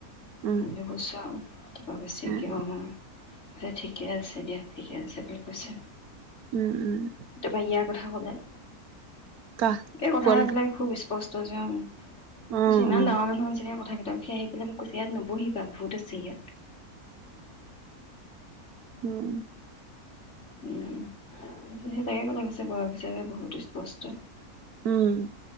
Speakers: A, on the right; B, on the left.
A: উম,
B: মৈছো ত কৈছে
A: উম,
B: ক ঠিকে আছে দিয়া ঠিকে আছে বকৈচোন
A: উম, উম,
B: তাৰাপা ইয়াৰ কথা কলে
A: কাহ
B: এই কথাবিলাক
A: পোৱালিটো
B: খুব কসু যে
A: অ',
B: কিছুমান
A: অ',
B: লৰা মানুহৰ নিচিনা থাকে ত সাহি ফলম কো সিয়াত ন বহিবা ভূত আছে ইিয়াত
A: উম
B: উম সেই তাকে লাগিছে বয়স হিচাপ বহুত সষ্ট
A: উম,